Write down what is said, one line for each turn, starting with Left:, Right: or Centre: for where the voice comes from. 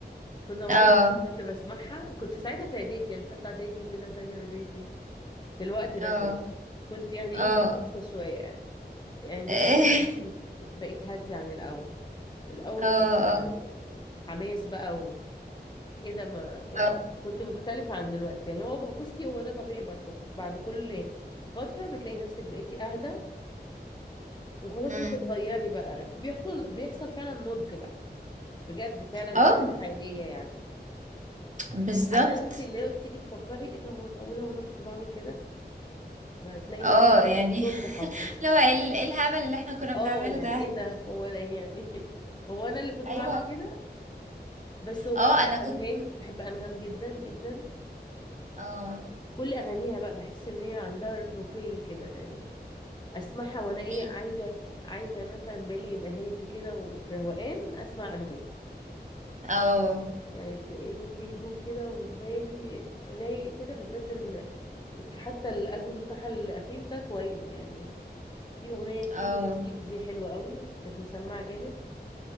Left: كنا برضه
Right: اه
Left: كنت بسمعها كنت ساعتها في إعدادي يعني تالتة إعدادي كده تانية إعدادي في الوقت ده
Right: اه
Left: كده كنت يعني
Right: اه
Left: ايه لسه شوية يعني يعني دلوقتي
Right: اه
Left: أنا جديد بقيت هادية عن الأول الأول
Right: اه
Left: كنت يعني حماس بقى وكده ما يعني
Right: اه
Left: كنت مختلفة عن دلوقتي يعني هو بقى- بصي هو ده طبيعي برضه بعد كل فترة بتلاقي نفسك بقيتي أهدى وخلاص
Right: امم
Left: بتتغيري بقى بيحصل بيحصل فعلا نضج بقى بجد فعلا دي
Right: اه
Left: حاجة حقيقية يعني
Right: بالظبط
Left: حتى اللي انت اللي هو تيجي تفكري ايه ده هو معقولة وانا كنت بعمل كده فهتلاقي
Right: اه يعني
Left: في نضج
Right: <laughs>
Left: حصل
Right: لو ايه ال- إيه الهبل اللي احنا كنا
Left: اه
Right: بنعمله
Left: يعني
Right: ده
Left: ايه ده هو انا يعني <laughs> هو انا اللي كنت
Right: ايوه
Left: بعمل كده بس هو بحب
Right: اه انا
Left: انغام
Right: كنت
Left: بحب انغام جدا جدا
Right: اه
Left: كل اغانيها بقى بحس ان هي عندها رقي كده يعني اسمعها وانا ايه
Right: ايه
Left: عايزه عايزه مثلا بالي يبقى هادي كده وفي روقان اسمع انغام
Right: اه
Left: يعني ت- ايه في هدوء كده وبالي رايق كده بالذات ال... حتى الالبوم بتاعها الاخير ده كويس يعني في اغنيه تيجي
Right: اه
Left: تسيب دي حلوه قوي كانت مسمعه جامد